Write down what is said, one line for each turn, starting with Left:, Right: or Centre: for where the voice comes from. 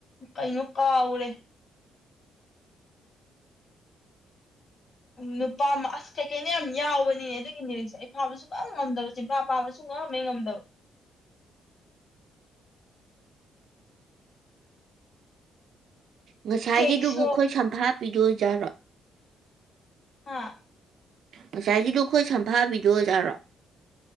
Left: ꯀꯩꯅꯣ ꯀꯥꯎꯈꯔꯦ ꯎꯝ ꯅꯨꯄꯥ ꯑꯝ ꯑꯁ ꯀꯩꯀꯩꯅꯣ ꯌꯥꯝ ꯌꯥꯎꯕꯅꯤꯅꯦ ꯑꯗꯨꯒꯤꯅꯤꯔꯤꯛꯁ ꯐꯥꯕ ꯁꯨꯉꯝ ꯉꯝꯗꯕ ꯆꯤꯟꯄꯥ ꯄꯥꯕ ꯁꯨꯉꯝꯃꯦ ꯉꯝꯗꯕ
Right: ꯉꯁꯥꯏꯒꯤꯗꯨꯕꯨ
Left: ꯍꯦ ꯏꯁꯣꯔ
Right: ꯈꯨꯏ ꯁꯝꯐꯥꯄꯤ ꯗꯨꯑꯏꯖꯥꯔꯣ
Left: ꯍꯥꯥ
Right: ꯉꯁꯥꯏꯒꯤꯗꯣ ꯑꯈꯣꯏ ꯁꯝꯐꯥꯕꯤꯗꯣ ꯑꯣꯖꯥꯔꯣ